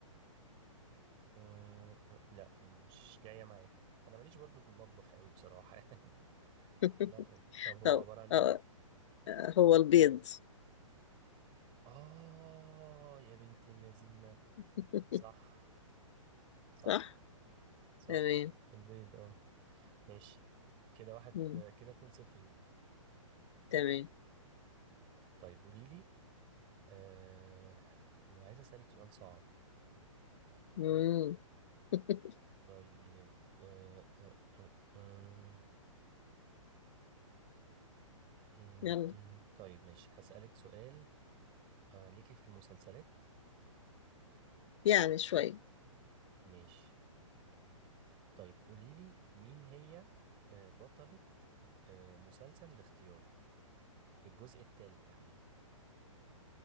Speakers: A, on the right; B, on the left.
A: آه... آه، لا مش جاية معايا انا ماليش برضو في المطبخ قوي بصراحة <laughs> يعني
B: <laughs>
A: لا طب هو
B: طب
A: عبارة عن
B: آه،
A: ايه
B: آه، هو البيض
A: اه يا بنت اللذينة
B: <laughs>
A: صح صح
B: صح
A: صح
B: تمام
A: البيض اه ماشي كده واحد
B: مم.
A: كده اتنين صفر ليك
B: تمام
A: طيب قوليلي آه... عايز اسألك سؤال صعب
B: مم. <laughs>
A: طيب آه، آه، آه، آه، آه،
B: يلا
A: آه. طيب ماشي هسألك سؤال آه، ليكي في المسلسلات
B: يعني شوية
A: ماشي طيب قوليلي مين هي آه، بطلة آه، مسلسل الاختيار في الجزء الثالث تحديدا